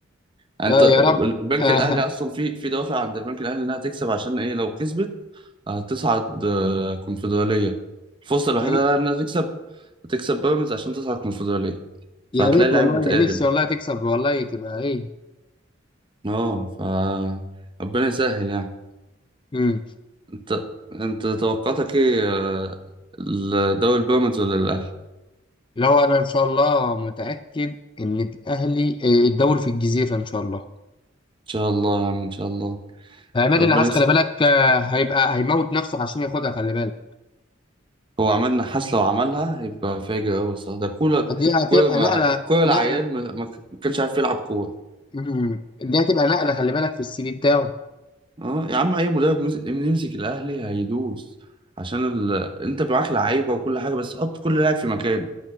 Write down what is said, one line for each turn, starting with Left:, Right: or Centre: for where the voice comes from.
Right: يعني
Left: اه
Right: انت
Left: يا
Right: البنك
Left: رب آه
Right: الاهلي اصلا في في دوافع عند البنك الاهلي انها تكسب عشان ايه لو كسبت هتصعد آه، كونفدراليه الفرصه الوحيده
Left: <laughs>
Right: انها تكسب تكسب بيراميدز عشان تصعد كونفدراليه فهتلاقي
Left: يا ريت
Right: اللعيبه
Left: والله
Right: متقاتل
Left: نفسي
Right: بقى
Left: والله تكسب والله تبقى ايه
Right: اه ف ربنا يسهل يعني
Left: امم
Right: انت انت توقعاتك ايه آه، الدوري البيراميدز ولا الاهلي
Left: اللي هو انا ان شاء الله متاكد ان الاهلي آه، الدوري في الجزيره ان شاء الله
Right: ان شاء الله يا عم ان شاء الله
Left: عماد
Right: ربنا
Left: النحاس خلي بالك آه، هيبقى هيموت نفسه عشان ياخدها خلي بالك
Right: هو عماد نحاس لو عملها يبقى فاجر أوي الصراحة ده كولر
Left: دي هتبقى
Right: كولر ما
Left: نقلة
Right: كولر العيان
Left: نقل
Right: ما ما كانش عارف يلعب كورة
Left: مم. دي هتبقى نقلة خلي بالك في السي في بتاعه
Right: اه يا عم أي مدرب يمس- يمسك الأهلي هيدوس عشان ال... أنت معاك لعيبة وكل حاجة بس حط كل لاعب في مكان